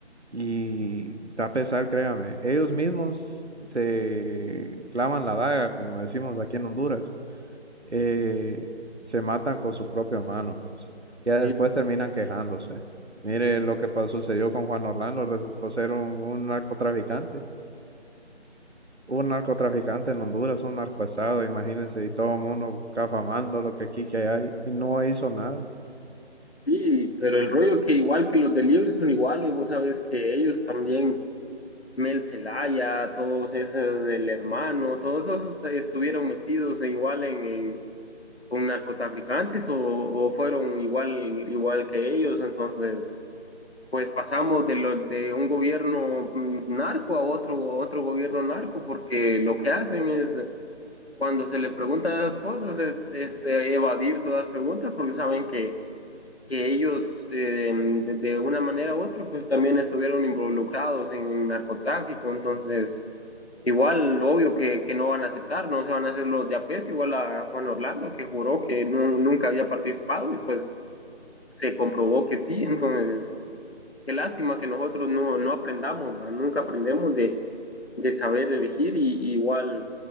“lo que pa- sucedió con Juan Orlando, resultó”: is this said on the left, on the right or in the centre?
Right